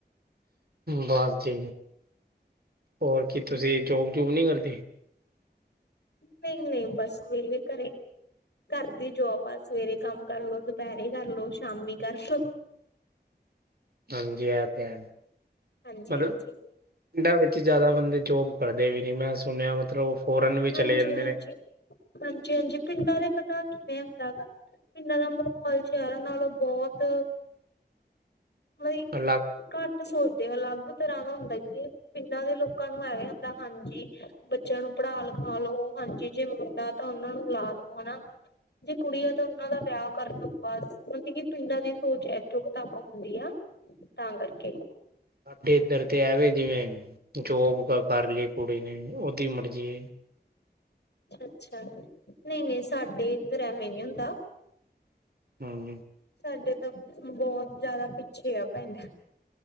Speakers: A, on the right; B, on the left.
A: ਬਸ ਜੀ ਹੋਰ ਕੀ ਤੁਸੀਂ ਜੋਬ ਜੂਬ ਨਹੀ ਕਰਦੇ।
B: ਨਹੀਂ ਨਹੀਂ ਬਸ ਵੇਲੇ ਘਰੇ। ਘਰ ਦੀ ਜੋਬ ਆ ਸਵੇਰੇ ਕੰਮ ਕਰਲੋ ਦੁਪੈਰੇ ਕਰਲੋ ਸ਼ਾਮੀ ਕਰਲੋ।
A: ਹੰਜੀ ਐ ਤੇ ਹੈ
B: ਹਾਂਜੀ
A: ਪਰ
B: ਹਾਂਜੀ
A: ਪਿੰਡਾਂ ਵਿੱਚ ਜਾਦਾ ਬੰਦੇ ਜੋਬ ਕਰਦੇ ਵੀ ਨੀ ਮੈਂ ਸੁਣਿਆ ਮਤਲਬ। ਫੋਰਨ ਵੀ ਚਲੇ
B: ਹਾਂਜੀ
A: ਜਾਂਦੇ
B: ਹਾਂਜੀ
A: ਨੇ।
B: ਹਾਂਜੀ ਹਾਂਜੀ ਪਿੰਡਾਂ ਦੇ ਪਤਾ ਕਿਵੇਂ ਹੁੰਦਾ ਹੈ। ਪਿੰਡਾਂ ਦਾ ਮਾਹੌਲ ਸ਼ਹਿਰਾਂ ਨਾਲੋਂ ਬੋਤ ਵਈ।
A: ਅਲਗ
B: ਘੱਟ ਸੋਚਦੇ ਅਲੱਗ ਤਰ੍ਹਾਂ ਦਾ ਹੁੰਦਾ ਹੈ ਕਿਉਂਕਿ ਪਿੰਡਾਂ ਦੇ ਲੋਕਾਂ ਨੂੰ ਐਵੇਂ ਹੁੰਦਾ ਹਾਂਜੀ। ਬੱਚਿਆਂ ਨੂੰ ਪੜ੍ਹਾ ਲਿਖਾ ਲੋ ਹਾਂਜੀ ਜੇ ਮੁੰਡਾ ਤਾਂ ਓਨਾਂ ਨੂੰ ਲਾ ਦੋ ਹਨਾ। ਜੇ ਕੁੜੀ ਤਾਂ ਓਹਨਾ ਦਾ ਵਿਆਹ ਕਰਦੋ ਬਸ ਮਤਲਬ ਕੀ ਪਿੰਡਾਂ ਦੀ ਸੋਚ ਇੱਥੋਂ ਕਿਤਾਬਾਂ ਤਕ। ਹੁੰਦੀ ਆ ਤਾਂ ਕਰਕੇ।
A: ਸਾਡੇ ਇੱਧਰ ਤੇ ਐਵੇ ਜਿਵੇਂ ਜੋਬ ਕਰ ਲਈ ਕੁੜੀ ਨੇ ਓਹਦੀ ਮਰਜ਼ੀ ਏ।
B: ਅੱਛਾ-ਅੱਛਾ, ਨਈ-ਨਈ, ਸਾਡੇ ਇੱਧਰ ਐਵੇਂ ਨੀ ਹੁੰਦਾ।
A: ਹਮ।
B: ਸਾਡੇ ਤਾਂ ਬਹੁਤ ਜਿਆਦਾ ਪਿੱਛੇ ਆ ਪਿੰਡ।